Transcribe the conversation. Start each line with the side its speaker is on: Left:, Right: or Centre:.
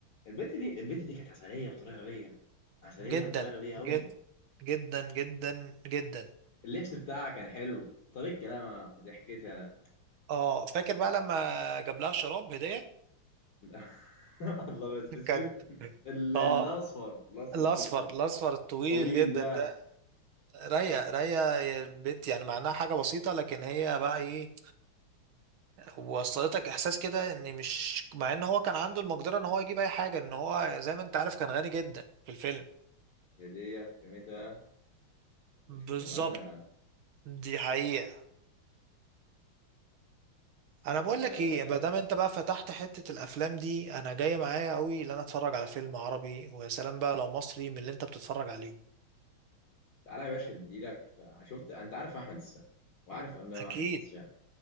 Left: البت دي البت دي كانت عسليه بطريقه غبيه عسليه
Right: جدا
Left: بطريقه غبيه قوي
Right: جد جدا جدا جدا
Left: اللبس بتاعها كان حلو طريقه كلامها وضحكتها
Right: اه فاكر بقى لما جاب لها شراب هدية
Left: <laughs> الله بس
Right: <laughs>
Left: في اسود
Right: كان
Left: ال- الاصفر
Right: اه
Left: الاصفر
Right: الاصفر
Left: في اسود
Right: الاصفر الطويل
Left: طويل
Right: جدا
Left: ده
Right: ده رايقه رايقه البت يعني معناها حاجه بسيطه لكن هي بقى ايه وصلتك احساس كده ان مش مع ان هو كان عنده المقدره ان هو يجيب اي حاجه ان هو زي ما انت عارف كان غني جدا في الفيلم
Left: هدية في قيمتها مش
Right: بالظبط
Left: بتمنها
Right: دي حقيقه
Left: بس
Right: انا بقول
Left: آه،
Right: لك ايه ما دام انت بقى فتحت حته الافلام دي انا جاي معايا قوي ان انا اتفرج على فيلم عربي ويا سلام بقى لو مصري من اللي انت بتتفرج عليهم
Left: تعالى يا باشا اديلك في... شفت انت عارف احمد السقا وعارف افلام
Right: اكيد
Left: احمد السقا